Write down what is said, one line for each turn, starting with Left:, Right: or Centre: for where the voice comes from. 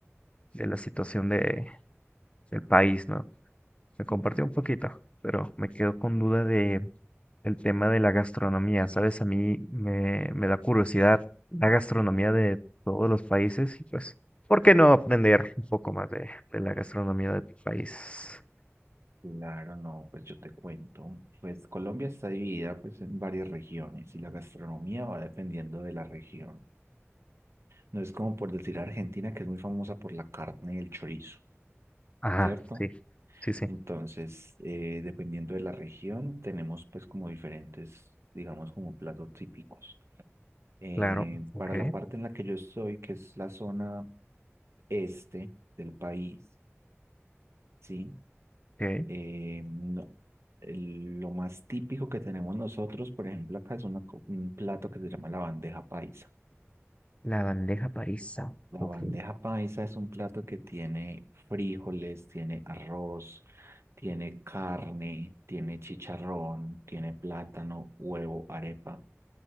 Left: de la situación de, del país, ¿no? Me compartió
Right: ujú.
Left: un poquito, pero me quedo con duda de el tema de la gastronomía, ¿sabes? A mí me, me da curiosidad la gastronomía de todos los países y pues, ¿por qué no aprender un poco más de, de la gastronomía de tu país?
Right: Claro, no, pues yo te cuento. Pues Colombia está dividida pues en varias regiones y la gastronomía va dependiendo de la región. No es como por decir Argentina, que es muy famosa por la carne y el chorizo,
Left: Ajá,
Right: ¿cierto?
Left: sí, sí, sí,
Right: Entonces, eh, dependiendo de la región, tenemos pues como diferentes, digamos, como platos típicos. Eh,
Left: claro, ok,
Right: para la parte en la que yo estoy, que es la zona este del país, ¿sí?
Left: ok.
Right: Eh, no- el- lo más típico que tenemos nosotros, por ejemplo, acá es una co- un plato que se llama la bandeja paisa.
Left: La bandeja paisa,
Right: La
Left: ok.
Right: bandeja paisa es un plato que tiene frijoles, tiene arroz, tiene carne, tiene chicharrón, tiene plátano, huevo, arepa.